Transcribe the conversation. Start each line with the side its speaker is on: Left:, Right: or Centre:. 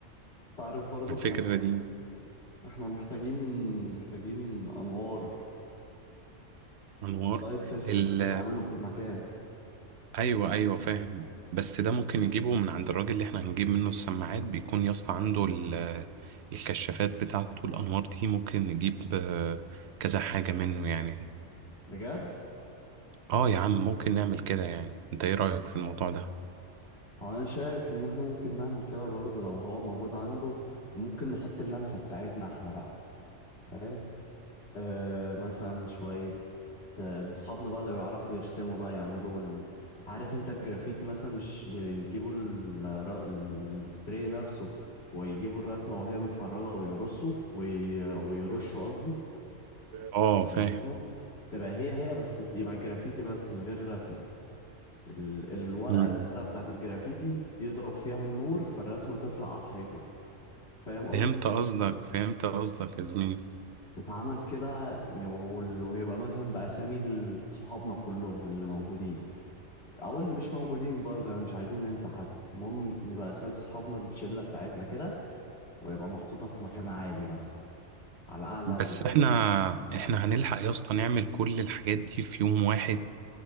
Left: تعرف برضو
Right: الفكرة
Left: احنا
Right: دي
Left: احنا محتاجين محتاجين أنوار
Right: أنوار
Left: لايت سيستم
Right: ال
Left: اللي نعمله في المكان
Right: ايوه ايوه فاهم بس ده ممكن نجيبه من عند الراجل اللي احنا هنجيب منه السماعات بيكون يا اسطى عنده ال- الكشافات بتاعته الانوار دي ممكن نجيب آه، كذا حاجة منه يعني
Left: بجد
Right: اه يا عم ممكن نعمل كده يعني انت ايه رأيك في الموضوع ده
Left: هو انا شايف ان احنا ممكن نعمل كده برضه لو هو موجود عنده ممكن نحط اللمسة بتاعتنا احنا بقى فاهم آه مثلا شوية آه، اصحابنا بقى اللي بيعرفوا يرسموا بقى يعملوا ال... عارف انت الجرافيتي مثلا مش بيجيبوا ال... الر- السبراي نفسه ويجيبوا الرسمة وهي متفرجة ويرصوا وي... ويرشوا قصدي
Right: اه
Left: عشان
Right: فاهم
Left: يرسموا تبقى هي هي بس يبقى جرافيتي بس من غير رسمة ال... الورقة
Right: مم.
Left: نفسها بتاعت الجرافيتي يضرب فيها النور فالرسمة تطلع على الحيطة فاهم قصدي
Right: فهمت قصدك فهمت قصدك يا زميلي
Left: تتعمل كده وال- ويبقى مثلا بأسامي ال- صحابنا كلهم اللي موجودين أو اللي مش موجودين برضه يعني مش عايزين ننسى حد المهم نبقى أسامي صحابنا الشلة بتاعتنا كده ويبقى محطوطة في مكان عالي مثلا على أعلى
Right: بس
Left: ال...
Right: احنا احنا هنلحق يا اسطى نعمل كل الحاجات دي في يوم واحد